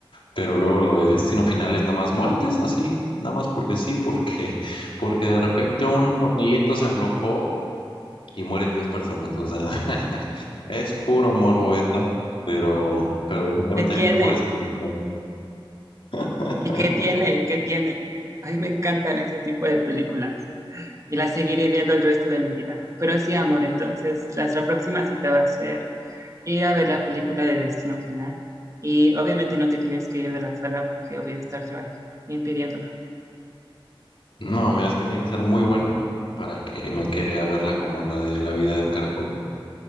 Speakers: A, on the left (about 70°); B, on the right (about 35°).
A: Pero luego lo de Destino Final es nada más muertes, así, nada más porque sí, porque, <laughs> porque de repente un tornillito se aflojó y mueren 10 personas. O sea, <laughs> es puro morbo esa, pero, pero definitivamente
B: ¿Qué tiene?
A: hay mejores películas. <laughs>
B: ¿Y qué tiene? ¿Y qué tiene? A mí me encantan ese tipo de películas. y la seguiré viendo el resto de mi vida. Pero sí, amor, entonces nuestra próxima cita va a ser ir a ver la película de Destino Final. Y obviamente no te tienes que ir de la sala porque voy a estar yo ahí impidiéndolo.
A: No, mira, es que tiene que ser muy buena para que me quede a verla como la de La vida de un caracol.